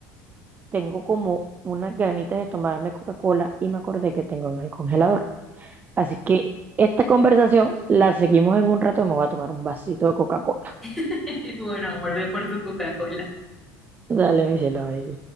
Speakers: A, on the right (about 25°); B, in the centre.
A: tengo como unas ganitas de tomarme Coca-Cola y me acordé que tengo en el congelador. Así que esta conversación la seguimos en un rato y me voy a tomar un vasito de Coca-Cola.
B: <laughs> Bueno, volvé por tu Coca-Cola.
A: Dale, mi cielo. ahí.